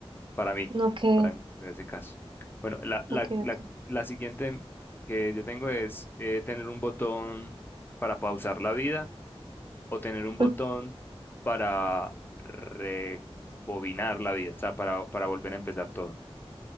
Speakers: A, on the left (about 20°); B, on the right (about 55°).
A: Para mí,
B: No, que,
A: para mí, en ese caso. Bueno, la, la,
B: ok,
A: la,
B: ok.
A: la siguiente que yo tengo es eh, tener un botón para pausar la vida o tener un botón
B: Mm,
A: para rebobinar la vida, o sea, para, para volver a empezar todo.